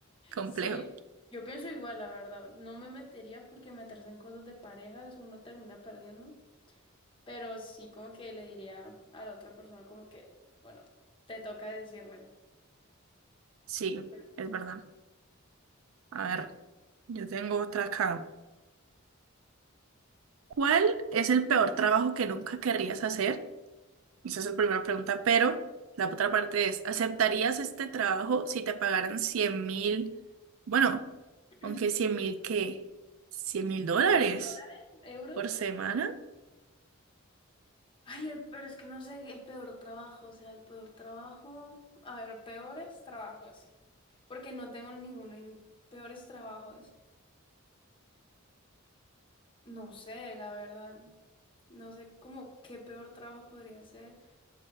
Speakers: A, on the right; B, on the left.
A: complejo.
B: Sí, yo pienso igual, la verdad. No me metería porque meterse en cosas de parejas uno termina perdiendo. Pero sí como que le diría a la otra persona como que, bueno, te toca decirle.
A: Sí,
B: Bueno,
A: es verdad. A ver, yo tengo otra acá. ¿Cuál es el peor trabajo que nunca querrías hacer? Esa es la primera pregunta, pero la otra parte es, ¿aceptarías este trabajo si te pagaran cien mil? Bueno,
B: <clears throat>
A: aunque cien mil, ¿qué? cien mil dólares
B: ¿En mil dólares? ¿Euros?
A: por semana?
B: Ay, el, pero es que no sé, el peor trabajo, o sea, el peor trabajo. A ver, peores trabajos. Porque no tengo ninguno en peores trabajos. No sé, la verdad. No sé cómo qué peor trabajo podría ser.